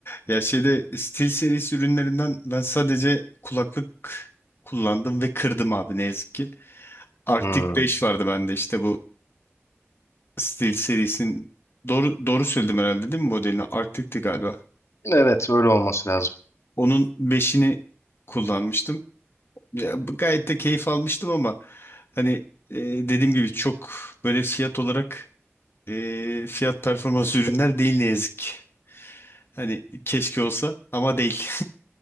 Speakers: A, on the left; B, on the left.
A: Ya şeyde Steel serisi ürünlerinden ben sadece kulaklık kullandım ve kırdım abi ne yazık ki. Arctic
B: Hmm.
A: 5 vardı bende işte bu Steel serisinin doğru doğru söyledim herhalde değil mi modelini? Arctic'ti galiba.
B: Evet, öyle olması lazım.
A: Onun beşini kullanmıştım. Ya, bu- gayet de keyif almıştım ama hani e, dediğim gibi çok böyle fiyat olarak e, fiyat performans ürünler değil ne yazık ki. Hani keşke olsa ama değil.